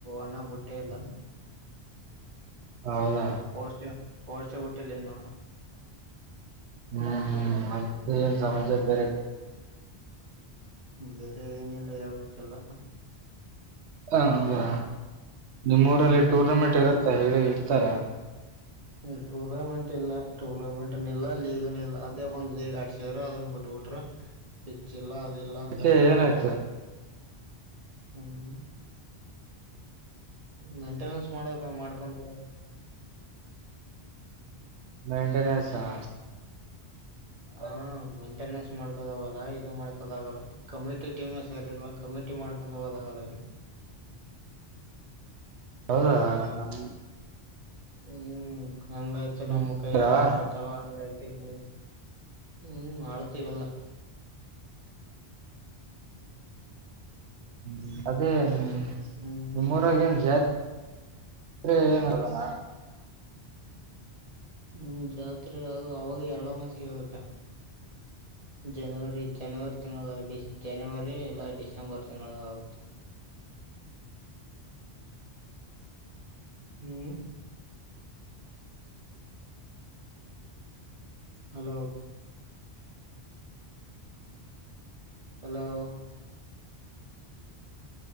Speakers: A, on the right; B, on the right.
A: ಇನಾ ಬುಟ್ಟೆಯಿಲ್ಲ
B: <inaudible> ಹೌದಾ
A: ಆ ಪೋಸ್ಟ್ ಪೋಸ್ಟೇ ಬುಟ್ಟೆಯಿಲ್ಲ ಇನ್ನು
B: ಹ್ಮ್ ಏನ್ ಸಮಾಚಾರ ಬೇರೆ ಕಡೆ
A: ಹ್ಮ್ ಬೇರೆ ಏನಿಲ್ಲ ಹೇಳ್ಬೇಕೆಲ್ಲ
B: ಹ ಹಂಗಾ ನಿಮ್ಮೂರಲ್ಲಿ
A: ಹ್ಮ್
B: ಟೂರ್ನಮೆಂಟ್ ಇರುತ್ತೆ ಹೇಲಿ ಇಡ್ತಾರೆ
A: ಇಲ್ ಟೂರ್ನಮೆಂಟ್ ಇಲ್ಲ ಟೂರ್ನಮೆಂಟ್ನ್ ಇಲ್ಲ ಲೀಗ್ನ್ ಇಲ್ಲ ಅದೇ ಒಂದ್ ಲೀಗ್ ಆಡ್ಸಿದ್ರು ಅದನ್ ಬಿಟ್ಟ ಬಿಟ್ರ ಪಿಚ್ಚ ಇಲ್ಲ ಅದು ಅದೆಲ್ಲಾ ಅಂತ
B: ಯಾಕೆ
A: ಹೇಳ್ತಾರೆ
B: ಏನಾಯ್ತು
A: ಬರೆ ಹ್ಮ್ ಮೇಂಟೆನೆನ್ಸ್ ಮಾಡ ಮಾಡ್ಕೊಂಡ
B: ಮೇಂಟೆನೆನ್ಸ್ ಹಾ <inaudible>
A: ಹ ಮೇಂಟೆನೆನ್ಸ್ ಮಾಡ್ಕೋದಾಗಲ್ಲ ಇದು ಮಾಡ್ಕೋದಾಗಲ್ಲ ಕಮಿಟಿ ಟೀಮ್ ಸರಿ ಇಲ್ಲ ಕಮಿಟಿ ಮಾಡ ಕೊಂಡ ತ ಹೋದಾಗಲ್ರರಿಗೆ <unintelligible>
B: <inaudible> ಹೌದಾ ಆ ನಮ್
A: ಹ್ಮ್ ಹಂಗಾಯ್ತು
B: ಹ್ಮ್
A: ನಮ್ಮ್ ಕೈಲೆ ರೋಕ್ಕ್ ಹೋತವ ಹಂಗಾಯ್ತ ಹ್ಮ್ ಮಾಡ್ತೀವೆಲ್ಲ
B: <inaudible> ಹ್ಮ್ ಅದೇಮ
A: ಹ್ಮ್
B: ನಿಮ್ಮೂರಾಗ
A: ಹ್ಮ್
B: ಏನ್ ಜಾತಿ <unintelligible> ಏನ್ ಹೇಳುದಣ
A: ಹ್ಮ್ ಜಾತ್ರೆ ಅದು ಅವಾಗ ಅಳಮಸ ಆಗತ್ತೆ
B: <inaudible>
A: ಜನವರಿ ಜನವರಿ ತಿಂಗಳಗಾಗ ಜನವರಿ ಇಲ್ಲ ಡಿಸೆಂಬರ್ ತಿಂಗಳಗಾಗುತ್ತೆ
B: <inaudible>
A: ಹ್ಮ್ hello hello